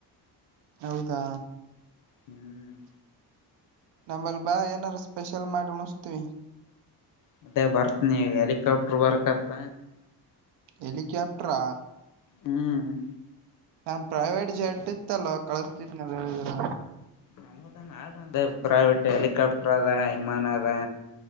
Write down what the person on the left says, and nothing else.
ಹ್ಮ್
ಮತ್ತೆ ಬರ್ತನಿ ಹೆಲಿಕಾಪ್ಟರ್ ಬರ್ಕತ್ತ.
ಹ್ಮ್..
ನಂಬದಾನ ಅಂದ ಪ್ರೈವಟ್ ಹೆಲಿಕಾಪ್ಟರಾದಾ ವಿಮಾನಾದಾ.